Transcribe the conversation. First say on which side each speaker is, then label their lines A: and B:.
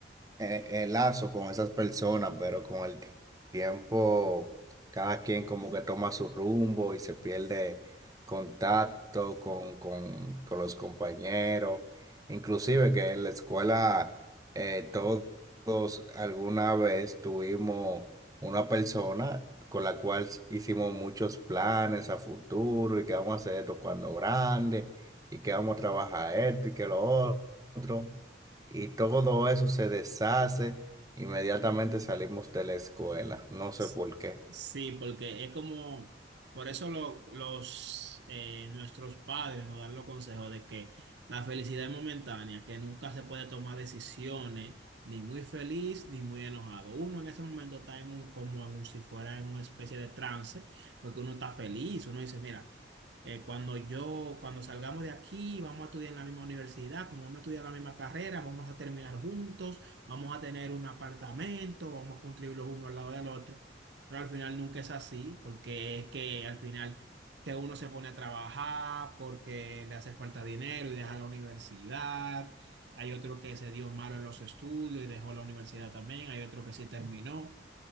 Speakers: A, on the right (about 20°); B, on the right (about 75°).
A: eh, eh, lazo con esas personas, pero con el tiempo cada quien como que toma su rumbo y se pierde contacto con, con, con los compañeros, inclusive que en la escuela eh, todos alguna vez tuvimos una persona con la cual hicimos muchos planes a futuro y que vamos a hacer esto cuando grande y que vamos a trabajar esto y que lo otro y todo eso se deshace. Inmediatamente salimos de la escuela. No sé
B: Sí,
A: por qué.
B: Sí, porque es como, por eso lo- los, eh, nuestros padres nos dan los consejos de que la felicidad es momentánea, que nunca se puede tomar decisiones ni muy feliz ni muy enojado. Uno en ese momento está en un, como en un- si fuera en una especie de trance, porque uno está feliz, uno dice, mira. Eh, cuando yo, cuando salgamos de aquí, vamos a estudiar en la misma universidad, como vamos a estudiar la misma carrera, vamos a terminar juntos, vamos a tener un apartamento, vamos a construir los uno al lado del otro. Pero al final nunca es así, porque es que al final que uno se pone a trabajar porque le hace falta dinero y deja la universidad. Hay otro que se dio malo en los estudios y dejó la universidad también. Hay otro que sí terminó.